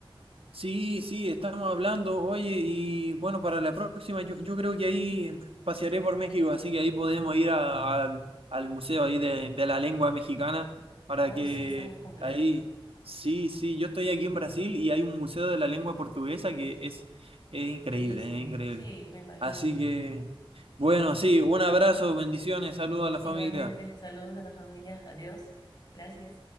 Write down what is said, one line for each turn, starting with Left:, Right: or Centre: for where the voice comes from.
Right: Sí, sí, estamos hablando, oye, y bueno, para la próxima yo, yo creo que ahí pasearé por México, así que ahí podemos ir a- al al museo ahí de, de la lengua mexicana para
Left: Oh,
Right: que
Left: sí, está muy completo.
Right: ahí, sí, sí, yo estoy aquí en Brasil y hay un museo de la lengua portuguesa que es, es increíble,
Left: Bellísimo.
Right: es increíble.
Left: Sí, me imagino.
Right: Así que, bueno, sí, un abrazo, bendiciones, saludos a la
Left: Igualmente,
Right: familia.
Left: saludos a la familia. Adiós. Gracias.